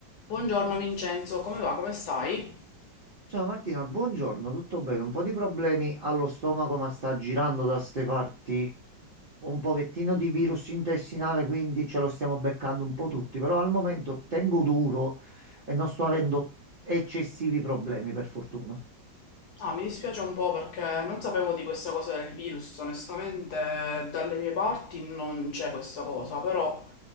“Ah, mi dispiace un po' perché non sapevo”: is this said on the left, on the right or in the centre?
Left